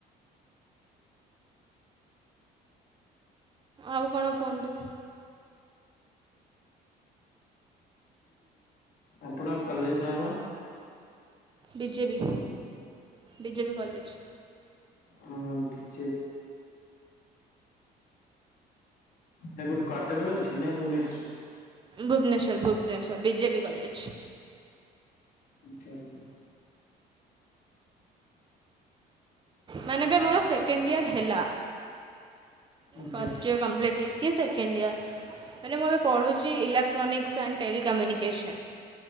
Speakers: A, on the right (about 30°); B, on the left (about 65°).
A: ଆଉ କଣ କୁହନ୍ତୁ
B: ଆପଣ କଲଲଶ ନାୟକ
A: ବିଜେପି ବିଜେପି କଲେଜ
B: ହଁ ପଛ ନା କୋଉଟେ କଟକର ଅଛି ନା ଭୁବନେଶ୍ରରେ
A: ଭୁବନେଶ୍ଵର ଭୁବନେଶ୍୍ୱର ବିଜେପି କଲେଜ
B: ଆଚଛା ଆଚ୍ଛା
A: ମାନେବେ ମୋର ସେକେଣ୍ଡ ଇୟର ହେଲା
B: ଆଜ୍ଞା
A: ଫଷ୍ଟ ଇର କମ୍ପ୍ଟ ହେକି କି ସେକେଣ୍ଡ ଇୟର ଆ ମୁଁ ହବେ ପଢ଼ୁଛି ଇଲେକ୍ଟ୍ରୋନିକ୍ସ ଏଣ୍ଡ ଟେଲିିକମ୍ୟୁନିକସନ୍